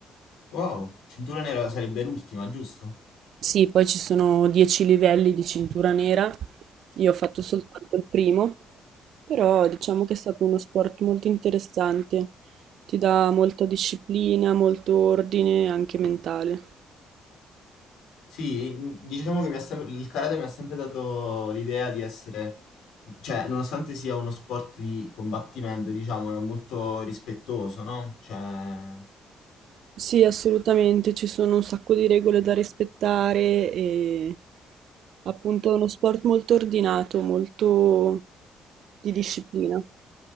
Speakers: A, on the left; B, on the right.
A: Wow, cintura nera sarebbe l'ultima, giusto?
B: Sì, poi ci sono 10 livelli di cintura nera, io ho fatto soltanto il primo, però diciamo che è stato uno sport molto interessante, ti dà molta disciplina, molto ordine, anche mentale.
A: Sì, mh, diciamo che mi ha sempre- il karate mi ha sempre dato l'idea di essere, cioè, nonostante sia uno sport di combattimento, diciamo, è molto rispettoso, no? Cioè,
B: Sì, assolutamente, ci sono un sacco di regole da rispettare e appunto è uno sport molto ordinato, molto di disciplina.